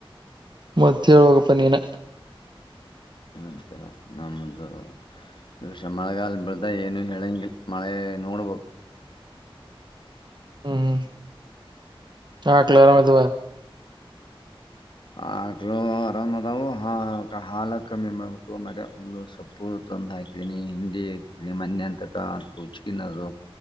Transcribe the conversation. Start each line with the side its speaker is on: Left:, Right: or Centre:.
Right: ಮತ್ತ ಹಳ್ುವಾಗಪ್ಪ ನೀಿನ
Left: ಹಂತ ನಮ್ದ ಈ ವರ್ಷ ಮಳೆಗಾಲ ಬಿಳ್ದ ಏನು ಹೇಳಂಗಿಲ್ಲ ಮಳೆ ನೋಡ್ಬೇಕು
Right: ಹ್ಮ್್ಮ ಹಾ ಕಲೋರಾಮ ಅದುುವ
Left: ಆಕ್ಲು ಆರಾಮ್ದವು ಹಾಲ ಕಮ್ಮಿ ಮಾಡ್ಬಿಟ್ಟು ಮೆ ಹುಲ್ಲು ಸೊಪ್ಪು ತಂದು ಹಾಕಿದೀನಿ ಹಿಂಡಿ ಹಾಕಿದನಿ ಮನೆ ಅಂತಕ ಉಚ್ಕಿನದು